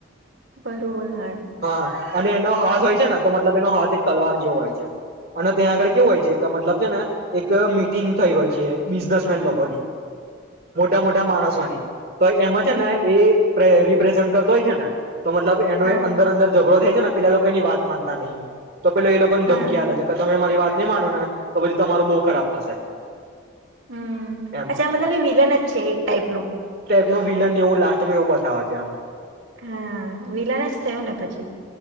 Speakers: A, on the right (about 80°); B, on the right (about 50°).
A: બરોબર આએ.
B: હા અને એનો જોય છે ને તો મતલબ એનો હાથ એક તલવાર જેવો હોય છે. અને ત્યાં આગળ કેવું હોય છે કે મતલબ છે ને એક મીટિંગ થઈ હોય છે બિઝનેસમેન લોકોની. મોટા મોટા માણસોની. તો એમાં
A: હમ
B: છે ને એ પ્રે રિપ્રેઝન્ટ કરતો હોય છે ને તો મતલબ એનો
A: હા
B: એ અંદર અંદર ઝઘડો થય છે ને પેલા લોકોની માનતા નહીં. તો પેલા એ લોકો ને
A: હા
B: ધમકી આલ છે. ક તમે મારી વાત નહીં માનો ને તો પછી તમારો બહુ ખરાબ થશે.
A: હમ્મ,
B: એમ
A: અચ્છા મતલબ વિલન જ છે એક ટાઈપનો?
B: નો વિલન એવું લાસ્ટમાં એવું બતાવે છે આમ.
A: હા, વિલાન જ થયો ને પછી.